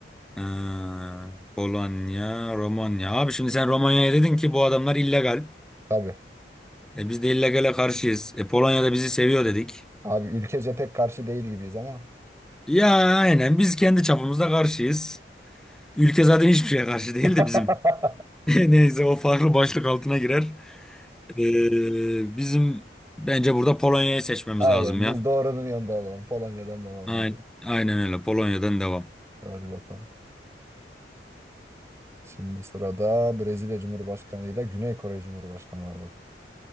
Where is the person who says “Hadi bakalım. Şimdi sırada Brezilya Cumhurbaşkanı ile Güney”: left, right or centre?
Right